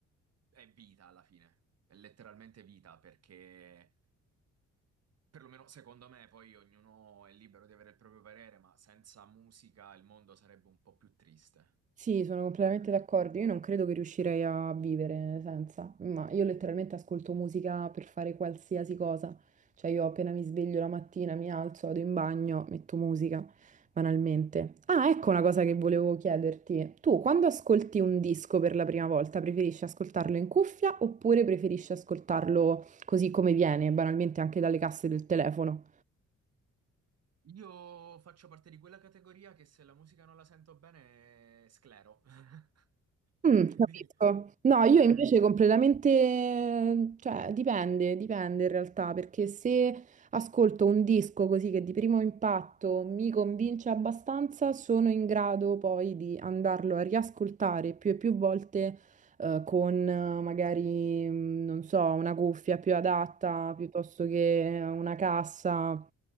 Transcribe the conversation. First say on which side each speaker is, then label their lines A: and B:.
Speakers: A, on the right; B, on the right.
A: è vita alla fine. È letteralmente vita perché, perlomeno secondo me, poi ognuno è libero di avere il proprio parere, ma senza musica il mondo sarebbe un po' più triste.
B: Sì, sono completamente d'accordo. Io non credo che riuscirei a vivere senza, ma io letteralmente ascolto musica per fare qualsiasi cosa. Cioè, io appena mi sveglio la mattina, mi alzo, vado in bagno, metto musica, banalmente. Ah, ecco una cosa che volevo chiederti. Tu, quando ascolti un disco per la prima volta, preferisci ascoltarlo in cuffia oppure preferisci ascoltarlo così come viene, banalmente anche dalle casse del telefono?
A: Io faccio parte di quella categoria che se la musica non la sento bene, sclero. <laughs> <laughs>
B: Mm,
A: Quindi,
B: capisco. No, io
A: cioè,
B: invece completamente, cioè dipende, dipende in realtà, perché se ascolto un disco così che di primo impatto mi convince abbastanza, sono in grado poi di andarlo a riascoltare più e più volte eh, con eh, magari, mm, non so, una cuffia più adatta
A: Mm.
B: piuttosto che una cassa.